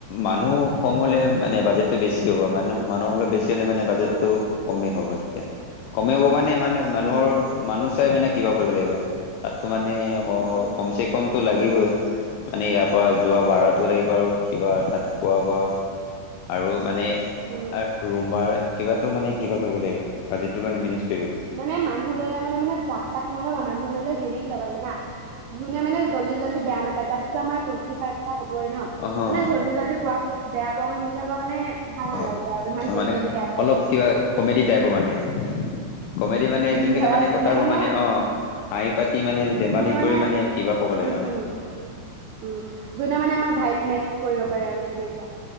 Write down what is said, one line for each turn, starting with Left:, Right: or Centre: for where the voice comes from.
Left: মানুহ কম হলে মানে বাজেটটো বেছি হ'ব মানুহ মানুহ অলপ বেছি মানে বাজেটো
Right: অ',
Left: কমেই হ'ব তেতিয়া কমে হব মানে মানে মানুহৰ
Right: উম,
Left: মানুহ চাই মানে কিবা কৰিব লাগিব তাত মানে
Right: উম, উম,
Left: কম চে কমতটো লাগিবই মানে ই যোৱা ভঢ়াতো লাগিব আৰু কিবা তাত খোৱা বোৱা আৰু মানে
Right: উম।
Left: ৰুম বাৰ কিবাটো মানে কিবা কৰিব লাগিব বাজেটো কাৰণে মেনেজ কৰিব লাগিব।
Right: মানে মানুহ ললে মানে মানে জাক তাক নল'বা মানুহ ললে হেৰিক ল'বা জানা যোনে মানে জল্দি জল্দি বেয়া নাপায় তাতোতো আমাৰ পূৰ্ণ ফাৰ্টা হবই ন
Left: অ হয়
Right: মানে জল্দি জল্দি প বেয়া পোৱা মানুইবিলাকৰ মানে ভাল
Left: হয়-হয়
Right: নালাগে আৰু ইমান জল্দি
Left: মানে
Right: জল্দি বেয়া পাই
Left: অলপ
Right: যায়।
Left: কিবা কমেডি টাইপৰ মানে কমেডি মানে
Right: উম
Left: যোনকেইটা
Right: ধৰা যোনে
Left: কথা ক
Right: মানে
Left: অ হাঁহি পাতি মানে অলপ ধেমালি
Right: যোনে মানে
Left: কৰি কিবা ক'ব
Right: উম
Left: লাগে অ
Right: উম উম যোনে মানে আমাৰ ভাইব মেত্চ কৰিব পাৰে আৰু তেনেকুৱা